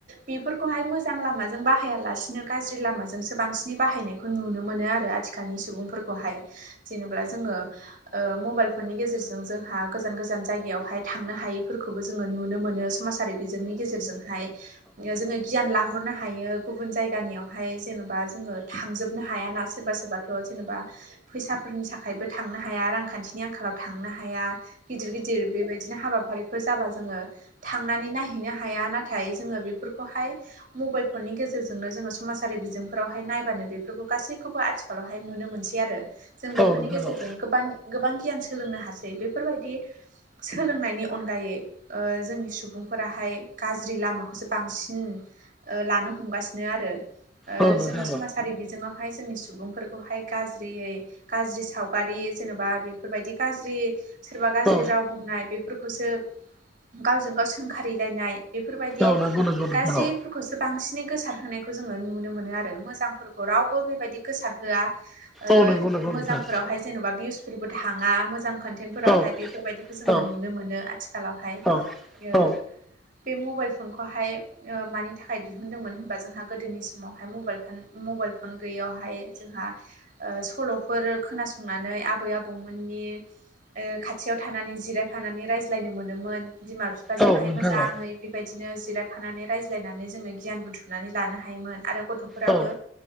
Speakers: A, on the right; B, in the centre.
A: बेफोरखौहाय मोजां लामाजों बाहायालासिनो गाज्रि लामाजोंसो बांसिनै बाहायनाय खो नुनो मोनो आरो आथिखालनि सुबुंफोरखौहाय जेनेब्ला जोङो ओ मबेल फननि गेजेरजों जोंहा गोजान गोजान जायगायाव फाय थांनो हायैफोरखौबो जोङो नुनो मोनो समासारि बेजोंनि गेजेरजोंहाय ओ जोङो गियान लाहरनो हायो। गुबुन जायगानियावहाय जेनेबा जोङो थांजोबनो हायाना सोरबा सोरबाथ' जेन'बा फैसा फोरनि साखायबो थाखायबो थांनो हाया रांखान्थिनि आंखालाव थांनो हाया। गिदिर गिदिर बेबायदिनो हाबाफारिफोर जाबा जोङो थांनानै नायहैनो हाया। नाथाय जोङो बेफोरखौहाय मबेल फननि गेजेरजोंनो जोङो समाजारि बिजोंफोरावहाय नायबानो बेफोरखौ गासैखौबो आथि <unintelligible> हाय नुनो मोनसै आरो। जों बेफोरनि
B: औ नोंथां
A: गेजेरजों
B: औ
A: गोबां गोबां गियान सोलोंनो हासै बेफोरबायदि सोलोंनायनि अनगायै ओ जोंनि सुबुंफोराहाय गाज्रि लामाखौसो बांसिन ओ लानो हमगासिनो आरो ओ
B: औ नोंथां
A: जोङो समाजारि बिजोंआव हाय जोंनि सुबुंफोरखौहाय गाज्रियै गाज्रि सावगारि जेनेबा बेफोरबायदि गाज्रि सोरबा
B: औ
A: गाज्रि
B: औ
A: राव बुंनाय बेफोरखौसो गावजों गाव सोंखारिलायनाय बेफोरबायदि
B: औ नंगौ नंगौ नोंथां
A: गाजिब
B: औ
A: खौसो बांसिनै गोसार होनायखौ जोङो नुनो मोनो आरो मोजांफोरखौ रावबो बेबायदि गोसार <unintelligible> ओ
B: औ नंगौ नंगौ
A: मोजां
B: नोंथां
A: फोरावहाय जेन'बा भिउसफोरबो थाङा मोजां कन्टेनफोरावहाय
B: औ
A: बेफोरबायदि जोङो
B: औ
A: नुनो मोनो आथिखालावहाय
B: औ
A: यो
B: औ
A: बे मबाइल फनखौहाय ओ मानि थाखाय दिहुनदोंमोन होनबा जोंहा गोदोनि समावहाय मबाइल फोन मबाइल फन गैयियावहाय जोंहा ओ सल'फोर खोनासंनानै आबै आबौमोननि ओ खाथियाव थानानै जिरायफानानै रायज्लायनो मोनोमोन बिमा बिफाजोंहाय
B: औ नोंथां
A: मोजाङै।
B: औ
A: बेबायदिनो जिरायफानानै रायज्लायनानै जोङो गियान बुथुमनानै लानो हायोमोन आरो गथ'फोराबो
B: औ